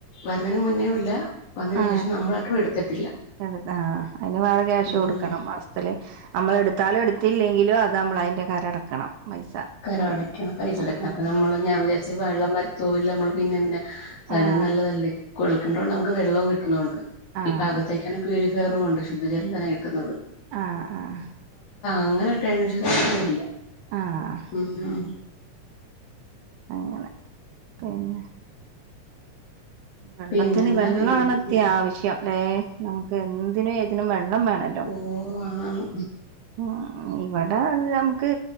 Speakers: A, on the left; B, on the right.
A: വരുന്നേന് മുന്നേയും ഇല്ല വന്നതിന്
B: ആ
A: ശേഷം നമ്മളായിട്ടും എടുത്തിട്ടില്ല
B: എട്ത് ആ അയ്ന് വേറെ ക്യാഷ്
A: ഉം
B: കൊടുക്കണം മാസത്തില് നമ്മള് എടുത്താലും എടുത്തില്ലെങ്കി ലും അത് നമ്മള് അ യിന്റെ കരം അടക്കണം പൈസ
A: കരവടയ്ക്കണം
B: അതുകൊണ്ട്
A: പൈസ എടക്കണം അപ്പ
B: ഉം
A: നമ്മള് ഞാൻ വിചാരിച്ചു വെള്ളം വരുത്തോ ഇല്ല നമ്മള് പിന്നെ എന്തിന അയ്ലും
B: ആഹ്
A: നല്ലതല്ലേ കൊഴൽക്കണർ കൊണ്ട് നമുക്ക്‌ വെള്ളോം കിട്ടുന്നുണ്ട്
B: ആഹ്
A: ഇപ്പ അഗത്തേക്കാണ് പ്യുരി വേറവുണ്ട് ശുദ്ധജലംധനം കിട്ടുന്നത്
B: ആഹ് ആഹ്
A: അങ്ങനൊര് ടെൻഷൻ ഒന്നുഇല്ല
B: ആഹ്
A: ഉം
B: അങ്ങനെ പിന്നെ വെള്ളത്തിന്
A: പിന്നെന്താ
B: വെള്ളാണ്
A: പിന്നെങ്ങനെ
B: അത്യാവശ്യം
A: ചെയ്യണം.
B: ഏ നമുക്ക് എന്തിനും ഏതിനും വെ ള്ളം വേണല്ലോ
A: ഓ ആണാണ്
B: ഉം ഇവിടെ നമുക്ക്